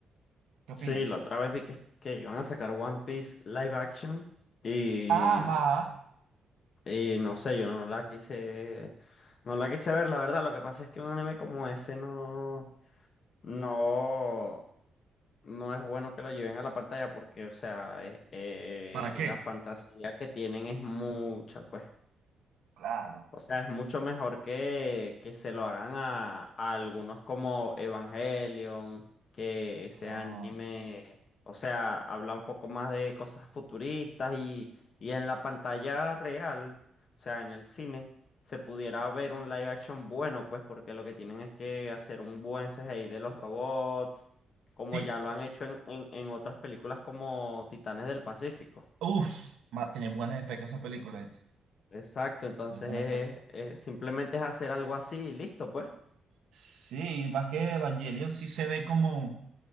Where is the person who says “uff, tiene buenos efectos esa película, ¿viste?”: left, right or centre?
Right